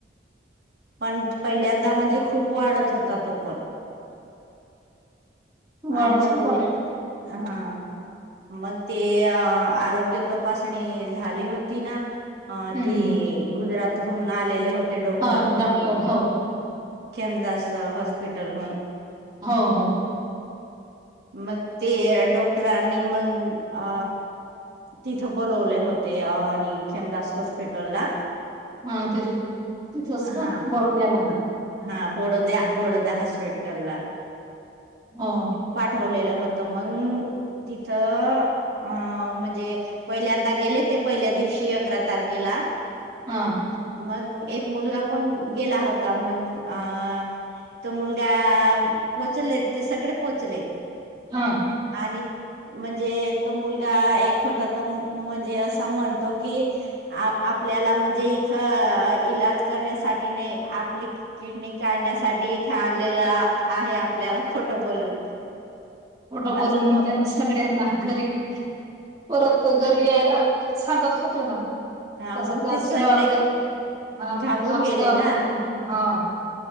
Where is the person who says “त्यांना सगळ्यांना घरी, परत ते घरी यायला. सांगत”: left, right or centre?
Right